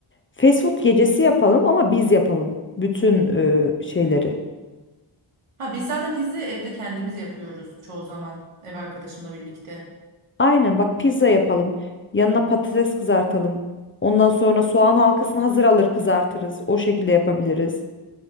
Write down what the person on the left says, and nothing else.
fast food gecesi yapalım ama biz yapalım bütün e, şeyleri.
Aynen bak pizza yapalım. Yanına patates kızartalım. Ondan sonra soğan halkasını hazır alır kızartırız. O şekilde yapabiliriz.